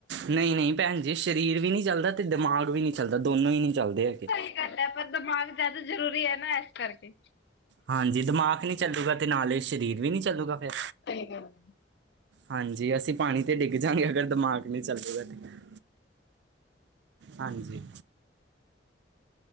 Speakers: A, on the right (about 65°); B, on the left (about 65°).
A: ਨਹੀਂ ਨਹੀਂ ਭੈਣ ਜੀ ਸਰੀਰ ਵੀ ਨਹੀਂ ਚੱਲਦਾ ਤੇ ਦਿਮਾਗ ਵੀ ਨਹੀਂ ਚੱਲਦਾ ਦੋਨੋ ਹੀ ਨਹੀਂ ਚੱਲਦੇ ਹੈਗੇ
B: ਸਈ ਗੱਲ ਐ ਪਰ ਦਿਮਾਗ ਜਿਆਦਾ ਜ਼ਰੂਰੀ ਐ ਨਾ ਐਸ ਕਰਕੇ
A: ਹਾਂਜੀ ਦਿਮਾਗ ਨਹੀਂ ਚੱਲੂਗਾ ਤੇ ਨਾਲੇ ਸਰੀਰ ਵੀ ਨਹੀਂ ਚੱਲੂਗਾ ਫਿਰ
B: ਸਈ ਗੱਲ ਐ
A: ਹਾਂਜੀ ਅਸੀਂ ਪਾਣੀ ਤੇ ਡਿੱਗ ਜਾਗੇ ਅਗਰ ਦਿਮਾਗ ਨਹੀਂ ਚੱਲੂਗਾ ਤਾਂ ਹਾਂਜੀ